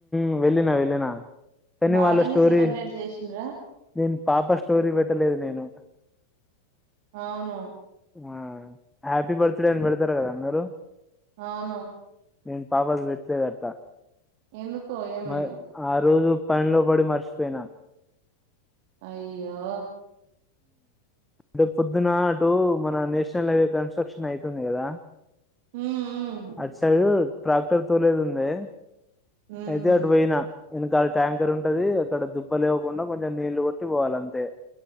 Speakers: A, in the centre; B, on the right (about 50°).
A: ఉ వెళ్ళిన వెళ్ళిన కానీ
B: బాగానే
A: వాళ్ళ స్టోరీ
B: సెలబ్రేట్ చేసిండ్రా
A: నేను పాప స్టోరీ పెట్టలేదు నేను
B: అవును
A: ఆ హ్యాపీ బర్త్డే అని పెడతారు కదా మీరు
B: అవును
A: నేను పాపది పెట్లేదు అట్టా
B: ఎందుకో ఏమైందో
A: మరి ఆ రోజు పనిలో బడి మర్చిపోయినా
B: అయ్యో
A: అంటే పొద్దున అటు మన నేషనల్ హైవే కన్స్ట్రక్షన్ అయితుంది కదా
B: ఉమ్
A: అసలు ట్రాక్టర్ తోలేది ఉంది
B: ఉమ్
A: అయితే
B: ఉహు
A: అటు పోయినా ఎనకాల ట్యాంకర్ ఉంటది అక్కడ దుబ్బ లేవకుండా కొంచెం నీళ్లు కొట్టి పోవాల అంతే